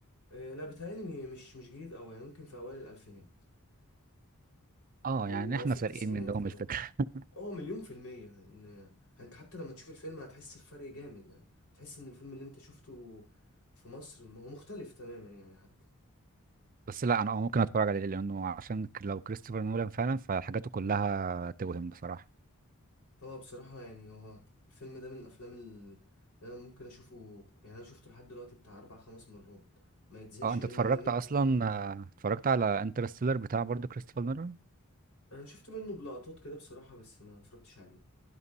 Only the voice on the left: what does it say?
آه، لا بيتهيألي مش مش جديد أوي يعني ممكن في أوائل الألفينات
او
او
في التسعينات
كمان
اه مليون في المية ان انت حتى لما تشوف الفيلم هتحس بفرق جامد يعني تحس ان الفيلم اللي انت شفته في مصر هو مختلف تماما يعني حتى
هو بصراحة يعني هو الفيلم ده من الافلام ال- اللي انا ممكن اشوفه يعني انا شفته لحد دلوقتي بتاع اربع خمس مرات ما يتزهقش
منه
لان انت
انا شفت منه بلقطات كده بصراحة بس ما اتفرجتش عليه